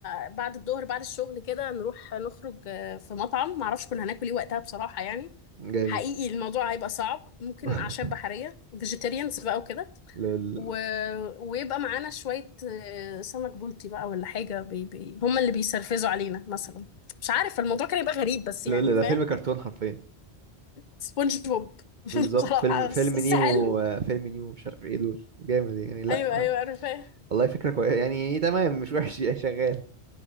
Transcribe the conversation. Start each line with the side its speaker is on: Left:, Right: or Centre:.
Left: ه... بعد الظهر بعد الشغل كده نروح نخرج آه، في مطعم معرفش كنا هناكل ايه وقتها بصراحة يعني
Right: جامد
Left: حقيقي الموضوع هيبقى صعب ممكن
Right: <laughs>
Left: أعشاب بحرية فيجيتيريانز بقى وكده
Right: لول
Left: و... ويبقى معانا شوية آه، سمك بلطي بقى ولا حاجة بي... بي... هما اللي بيسرفزوا علينا مثلا مش عارف الموضوع كان يبقى غريب بس
Right: لول
Left: يعني
Right: ده
Left: فاهم
Right: فيلم كرتون حرفيا
Left: سبونج بوب <laughs>
Right: بالظبط
Left: بصراحة
Right: فيلم فيلم
Left: بس بس
Right: نيمو
Left: حلو
Right: فيلم نيمو مش عارف ايه دول جامد يعني لا
Left: أيوه أيوه أنا فاهم
Right: والله فكرة كويسة يعني تمام مش وحش يعني شغال